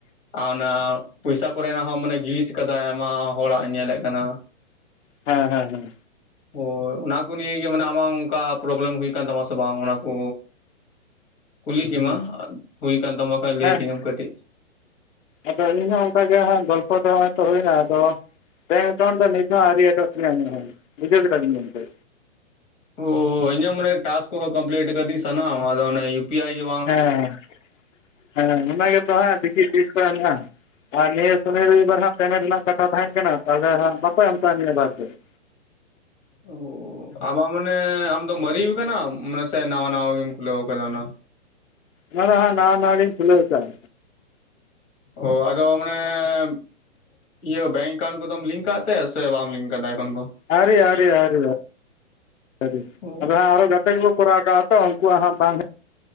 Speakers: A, on the left; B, on the left.
A: ᱟᱨ ᱚᱱᱟ ᱯᱚᱭᱥᱟ ᱠᱚᱨᱮᱱᱟᱜ ᱦᱚᱸ ᱢᱟᱱᱮ ᱜᱤᱞᱤᱡ ᱟᱠᱟᱫᱟᱭ ᱟᱭᱢᱟ ᱦᱚᱲᱟᱜ ᱧᱮᱞᱮᱜ ᱠᱟᱱᱟ᱾
B: ᱦᱮᱸ ᱦᱮᱸ ᱦᱮᱸ᱾
A: ᱦᱳᱭ ᱚᱱᱟᱠᱚ ᱱᱤᱭᱮ ᱜᱮ ᱢᱟᱱᱮ ᱟᱢᱟᱜ ᱚᱱᱠᱟ ᱯᱚᱨᱚᱵᱚᱞᱮᱢ ᱦᱩᱭ ᱠᱟᱱ ᱛᱟᱢᱟ ᱥᱮ ᱵᱟᱝ ᱚᱱᱟᱠᱚ? ᱠᱩᱞᱤ ᱠᱮᱢᱟ,
B: ᱦᱮᱸ
A: ᱦᱩᱭ ᱠᱟᱱ ᱛᱟᱢᱟ ᱠᱷᱟᱱ ᱞᱟᱹᱭ
B: ᱦᱮᱸ
A: ᱠᱤᱧᱟᱹᱢ ᱠᱟᱹᱴᱤᱡ᱾
B: ᱟᱫᱚ ᱤᱧᱦᱚᱸ ᱚᱱᱠᱟᱜᱮ ᱦᱟᱸᱜ ᱜᱚᱞᱯᱚ ᱫᱚ ᱦᱚᱜ-ᱚᱭ ᱛᱚ ᱦᱩᱭᱱᱟ ᱟᱫᱚ᱾ ᱵᱮᱝᱠ ᱮᱠᱟᱣᱩᱱᱴ ᱫᱚ ᱱᱤᱛ ᱦᱚᱸ ᱟᱹᱣᱨᱤ ᱮᱰᱚᱜ ᱛᱤᱧᱟᱹ ᱤᱧᱟᱹᱜ ᱦᱚᱸ᱾ ᱵᱩᱡᱷᱟᱹᱣ ᱠᱮᱫᱟ ᱵᱮᱱ ᱜᱚᱝᱠᱮ᱾
A: ᱚᱻ ᱤᱧᱟᱹᱜ ᱢᱟᱱᱮ ᱴᱟᱠᱥ ᱠᱚᱦᱚᱸ ᱠᱚᱢᱯᱤᱞᱤᱴ ᱠᱟᱫᱤᱧ ᱥᱟᱱᱟᱢ᱾ ᱟᱫᱚ ᱚᱱᱟ ᱭᱩ ᱯᱤ ᱟᱭᱤ ᱜᱤ
B: ᱦᱮᱸ ᱦᱮᱸ ᱚᱱᱟ ᱜᱮᱛᱚ ᱦᱟᱸᱜ ᱰᱤᱪᱤ ᱛᱤᱥ ᱠᱚ ᱮᱢᱚᱜ-ᱟ᱾ ᱟᱨ ᱱᱤᱭᱟᱹ ᱥᱩᱱᱤ ᱨᱚᱵᱤ ᱵᱟᱨ ᱦᱟᱸᱜ ᱯᱮᱢᱮᱱᱴ ᱨᱮᱱᱟᱜ ᱠᱟᱛᱷᱟ ᱛᱟᱦᱮᱸ ᱠᱟᱱᱟ᱾ ᱛᱟᱦᱚᱸᱞᱮ ᱦᱟᱸᱜ ᱵᱟᱠᱚ ᱮᱢ ᱠᱟᱜ ᱞᱮᱭᱟ ᱵᱟᱨ ᱯᱮ <inaudible>
A: ᱚ ᱟᱵᱟ ᱢᱟᱱᱮ, ᱟᱢ ᱫᱚᱢ ᱢᱟᱨᱤᱣᱩ ᱠᱟᱱᱟᱢ? ᱢᱟᱱᱮ ᱥᱮ ᱱᱟᱣᱟ ᱱᱟᱣᱟ ᱜᱮᱢ ᱠᱷᱩᱞᱟᱹᱣ ᱟᱠᱟᱫᱟ ᱚᱱᱟ?
B: ᱦᱮᱸ ᱦᱮᱸ ᱱᱟᱣᱟ ᱱᱟᱣᱟ ᱜᱮᱧ ᱠᱷᱩᱞᱟᱹᱣ ᱟᱠᱟᱫᱟ᱾
A: ᱚ ᱟᱫᱚ ᱢᱟᱱᱮ ᱤᱭᱟᱹ ᱵᱮᱝᱠ ᱮᱠᱟᱣᱩᱱᱴ ᱠᱚᱫᱚᱢ ᱞᱤᱝᱠ ᱠᱟᱜ ᱛᱮ, ᱥᱮ ᱵᱟᱢ ᱞᱤᱝᱠ ᱠᱟᱫᱟ ᱮᱠᱷᱚᱱ ᱫᱚ?
B: ᱟᱹᱣᱨᱤ ᱟᱹᱣᱨᱤ ᱟᱹᱣᱨᱤ ᱟᱹᱣᱨᱤ
A: ᱚ
B: ᱟᱫᱚ ᱦᱟᱸᱜ ᱟᱨᱦᱚ ᱜᱟ ᱛᱮ ᱠᱚᱠᱚ ᱠᱚᱨᱟᱣ ᱠᱟᱜ-ᱟ ᱛᱚ᱾ ᱩᱱᱠᱩᱣᱟᱜ ᱦᱚᱸ ᱵᱟᱝ ᱦᱮᱡ